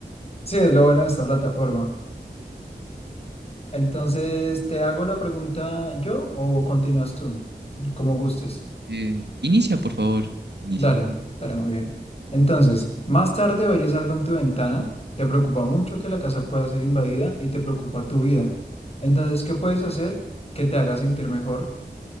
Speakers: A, on the left; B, on the right.
A: Sí, es lo bueno de esta plataforma. Entonces, ¿te hago la pregunta yo o continúas tú? Como gustes.
B: Eh, inicia, por favor, inicia.
A: Dale, dale, muy bien. Entonces, más tarde oyes algo en tu ventana, te preocupa mucho que la casa pueda ser invadida y te preocupa tu vida. Entonces, ¿qué puedes hacer que te haga sentir mejor?